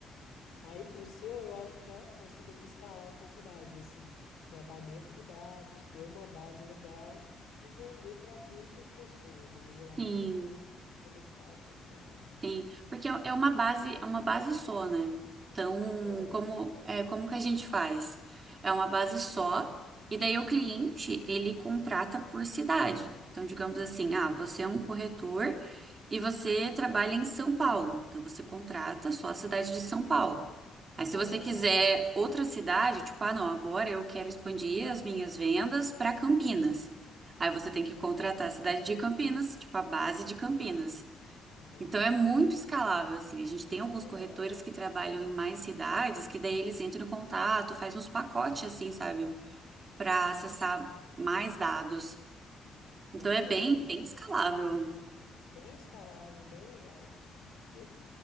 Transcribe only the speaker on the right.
sim.
Sim, porque é é uma base, é uma base só, né? Então,
como é, como que a gente faz? É uma base só, e daí o cliente, ele contrata por cidade. Então, digamos assim, ah, você é um corretor e você trabalha em São Paulo. Então, você contrata só a cidade de São Paulo. Aí, se
você quiser outra cidade, tipo, ah, não, agora eu quero expandir as minhas vendas para Campinas. Aí você tem que contratar a cidade de Campinas, tipo, a base de Campinas.
Então é muito escalável, assim. A gente tem alguns
corretores que trabalham em mais cidades, que daí eles entram em contato, faz uns pacotes, assim, sabe? Para acessar mais dados.
Então é bem, bem escalável.